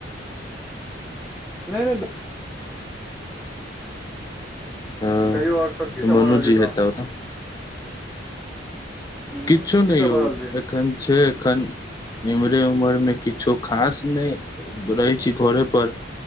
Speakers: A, in the centre; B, on the left (about 20°).
A: नहि नहि
B: हँ
A: कहियो, आओर सभ की की
B: मनुजी
A: भऽ रहल छै तऽ?
B: हेता ओतऽ
A: हूँ
B: किछु
A: की
B: नहि
A: सब
B: यौ,
A: भऽ रहल छै
B: एखन छै एखन। इम्हरे उम्हरेमे किछो खास नहि, घरे पर रहै छी।